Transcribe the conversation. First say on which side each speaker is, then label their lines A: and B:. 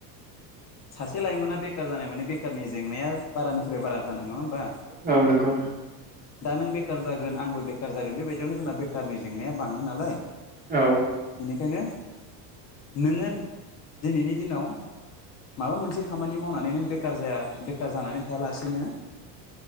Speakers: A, on the left; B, on the right.
A: सासे लाइमोना बेखार जानाय माने बेखारनि जेंनायाव बारानिफ्राय बारा जानाय नङा होमबा?
B: औ नोंगौ।
A: दा नों बेखार जागोन आंबो बेखार जागोन बेबायदियावनो जोंना बेखारनि जेंनाया बाङो नालाय।
B: औ
A: बेनिखायनो नोङो दिनैनि दिनाव माबा मोनसे खामानि मावनानै नों बेखार जाया बेखार जानानै थायालासेनो